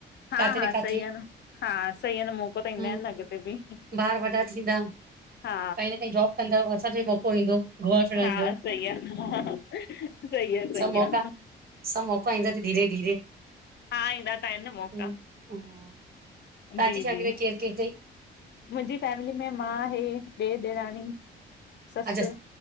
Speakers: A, on the left; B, on the right.
A: हा
B: किथे
A: हा
B: न
A: सही
B: किथे
A: आ न हा सही आ न मौक़ो त ईंदा
B: हम्म
A: आहिनि न अॻिते बि।
B: ॿार वॾा थींदा
A: हा
B: काई न काई जॉप कंदा असांजो भी मौक़ो ईंदो घुमण फिरण
A: हा
B: जो,
A: सही आहे सही आहे सही
B: सभ मौका
A: आहे
B: सभ मौका ईंदा तई धीेरे धीरे।
A: हा ईंदा त आहिनि न मौक़ा
B: हम्म, हम्म। तव्हांजी
A: जी जी
B: <unintelligible>
A: मुंजी फैमिली में मां, हे, ॾेर, ॾेराणी। ससु
B: अच्छा